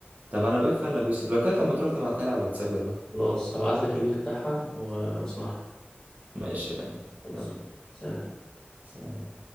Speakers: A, on the right; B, on the left.
A: طب انا بيك فان لابو يوسف لو كده طب ما تروح تبعتها لي على الواتساب يلا
B: خلاص هبعت لك اللينك بتاعها و- واسمعها
A: ماشي يا قلبي
B: خلاص
A: يلا
B: سلام
A: سلام